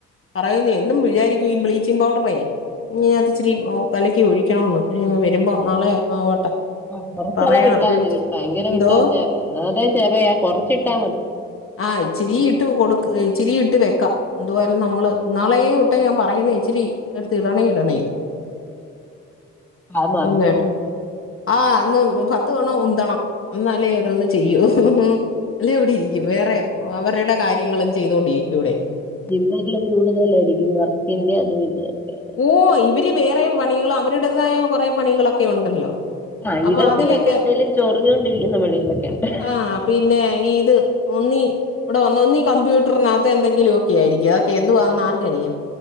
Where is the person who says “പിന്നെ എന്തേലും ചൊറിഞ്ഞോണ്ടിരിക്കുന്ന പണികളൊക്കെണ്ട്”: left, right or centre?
Centre